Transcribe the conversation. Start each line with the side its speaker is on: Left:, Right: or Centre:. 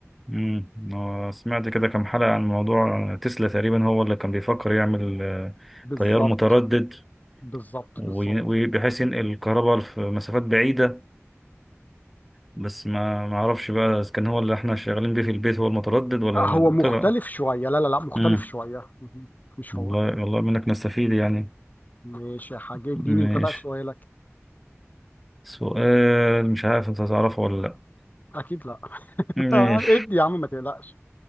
Centre: امم آه، سمعت كده كام حلقة عن موضوع تسلا تقريبا هو اللي كان بيفكر يعمل آه،
Left: بالظبط
Centre: طيار متردد
Left: بالظبط
Centre: وي-
Left: بالظبط
Centre: وبحيث ينقل الكهرباء في مسافات بعيدة بس ما ما اعرفش بقى اذا كان هو اللي احنا شغالين بيه في البيت هو المتردد ولا
Left: آه، هو مختلف
Centre: طلع
Left: شوية لا لا لا مختلف
Centre: امم
Left: شوية مهم. مش
Centre: والله
Left: هو
Centre: والله منك نستفيد يعني
Left: ماشي يا حاج اديني
Centre: ماشي
Left: انت بقى سؤالك
Centre: سؤال مش عارف انت هتعرفه ولا لا
Left: اكيد لا
Centre: ماشي
Left: <laughs> ادي يا عم ما تقلقش